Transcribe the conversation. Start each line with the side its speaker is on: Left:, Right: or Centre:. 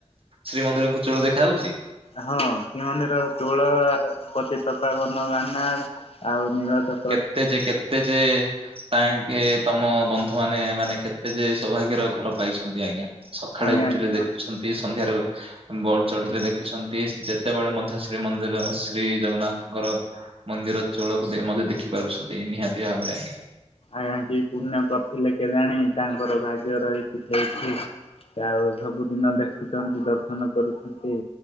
Right: ଶ୍ରୀମନ୍ଦିରଙ୍କୁ ଚୁଳ ଦେଖା ଯାଉଚି?
Left: ହଁ ଶ୍ରୀମନ୍ଦିର ଚୁଳ ପତିତପାବନ ବାନା ଆଉ ନୀଳ ଚ
Right: କେତେ ଯେ କେତେ ଯେ <unintelligible> ତମ ବନ୍ଧୁମାନେ ମାନେ କେତେ ଯେ ସୌଭାଗ୍ୟର ଘର ପାଇଛନ୍ତି ଆଜ୍ଞା। ସଖାଳେ
Left: ଆଜ୍ଞା
Right: ଉଠିଲେ
Left: ଆଜ୍ଞା।
Right: ଦେଖୁଛନ୍ତି, ସନ୍ଧ୍ୟାରେ ବଡ ଚଢିଲେ ଦେଖୁଛନ୍ତି ଯେତେବେଳେ ମଧ୍ୟ ଶ୍ରୀମନ୍ଦିର ଶ୍ରୀ ଜଗନ୍ନାଥଙ୍କର ମନ୍ଦିର ଚୁଳକୁ ମଧ୍ୟ ଦେଖି ପାରୁଛନ୍ତି ନିହାତି ଭାବରେ ଆଜ୍ଞା।
Left: ଆଜ୍ଞା କି ପୁଣ୍ୟ କରିଥିଲେ କେଜାଣୀ ତାଙ୍କର ଭାଗ୍ୟ ରହିଚି ସେଇଠି। ସେ ଆଉ ସବୁଦିନ ଦେଖୁଚନ୍ତି ଦର୍ଶନ କରୁଛନ୍ତି।